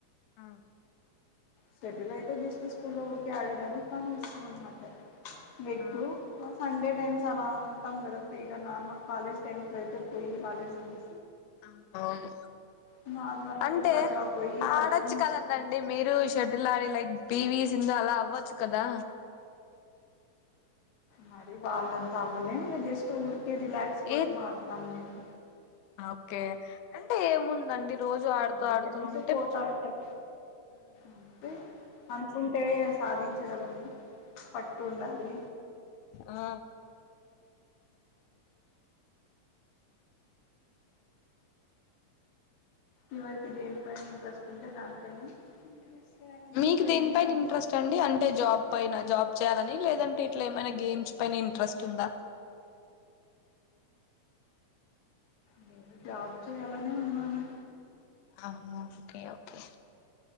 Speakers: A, on the left; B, on the left.
A: ఆ
B: సటిలైట్ చూస్తే స్కూల్లో ఉఊరికిే ఆడేదాన్ని కానీ ఇస్తం అన్నమాట ఇంకా ఇప్పుడు
A: ఆ
B: సండే టైమ్స్ అలా ఉ తంగద ఫ్రీగా నార్మల్ కాలేజ్ టైమ్స్లో అయితే పోయి రాలేదు మని
A: ఆ అవును
B: ఇంకా ఆదివారం
A: అంటే
B: పూట్ల అట్లా పోయి ఆడుకొని
A: ఆడొచ్చు
B: వస్తున్నా
A: కదండి మీరు షటిల్ ఆడి లైక్ పి వి సింధు అలా అవ్వచ్చు కదా
B: మరి వాళ్ళంతా అవ్వలేం జస్ట్ ఊరుకి రిలాక్స్ కోసం
A: ఏం
B: ఆడతాం నేము
A: ఓకే అంటే ఏముందండి రోజు ఆడుతూ
B: సండే
A: ఆడుతూ
B: టైమ్స్
A: ఉంటే
B: పోతా ఉంటాం అంతే అనుకుంటే సాధించగలము పట్ూ ఉండాలి
A: ఆ
B: ఇవరికి దేని పన ఇంట్రెస్ట్ ఉంటే దానిపైన చేయాలంతే
A: మీకు
B: పేరెంట్స్
A: దేని పైన
B: అంతా
A: ఇంట్రెస్ట్ అండి అంటే జాబ్ పైన జాబ్ చేయాలని లేదంటే ఇట్లా ఏమైనా గేమ్స్ పైన ఇంట్రెస్ట్ ఉందా
B: నేను జాబ్ చేయాలనే ఉన్నాను
A: అ ఓకే ఓకే